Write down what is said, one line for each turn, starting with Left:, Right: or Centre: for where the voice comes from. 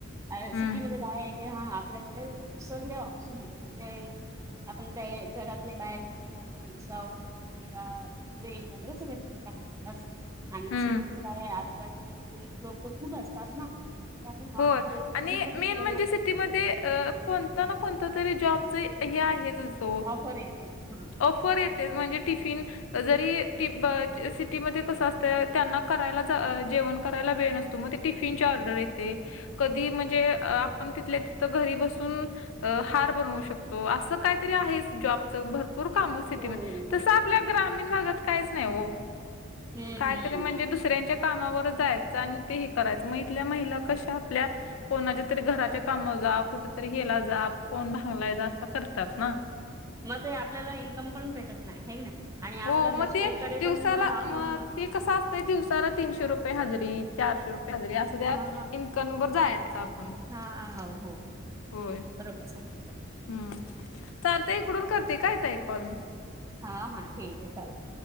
Right: का
Left: हम्म
Right: सिटीमध्ये काय हा आपल्याकडे सगळे ऑप्शन आहेत म्हणजे आपण का घरातले बाहेर गे रिक्षा ऑटो वगैर ट्रेन वगैरे सगळ सुधा आहे असं आणि
Left: हम्म
Right: सिटी म्हणजे काय आहे आजूबाजूचे लोक खूप असतात ना तर आपण नॉर्मल
Left: होय
Right: घरी बसून
Left: आणि
Right: पण सिलाई
Left: मेन म्हणजे
Right: वगैरे
Left: सिटीमध्ये
Right: केलं तर
Left: कोणता ना कोणता तरी जॉबचा हे आहे जो
Right: ऑफर येतेच हा
Left: ऑफर य तेच म्हणजे टिफिन जरी सिटीमध्ये कस असत त्यांना करायला जेवण करायला वेळ मग ते टिफिन ऑर्डर येते कधी म्हणजे आपण तिथल्या तिथ घरी बसून हार बनवू शकतो असं काहीतरी आहे जॉबच भरपूर भरपूर काम
Right: हो
Left: सिटीमध्ये
Right: हो
Left: तसं
Right: हो
Left: आपल्या ग्रामीण भागात काहीच नाही हो
Right: हम्म
Left: कायतरी
Right: हम्म
Left: म्हणजे दुसऱ्यांच्या कामावर जायचं आणि ते करायचं मग इथल्या महिला कशा आपल्या कोणाच्या तरी घराच्या काम जा कुठेतरी हेला जा कोण भांगला जा असं करतात ना
Right: मग आपल्याला इन्कम पण भेटत नाही हे ना आणि आपल्या
Left: हो मग
Right: मिस्टरकडे
Left: ते दिवसाला
Right: पण आपण
Left: मग कसं असतंय ते दिवसाला तीनशे रुपये हजरी चारशे रुपये हजरी अस तर त्या
Right: हा हा
Left: इन्कम वर जायच आपण
Right: हा हो हो हो
Left: होय
Right: बरोबर सांगितलं
Left: हम्म चालतय इकडून करते काय ताई आहे कॉल मी
Right: हा हा ठीक आहे चालतंय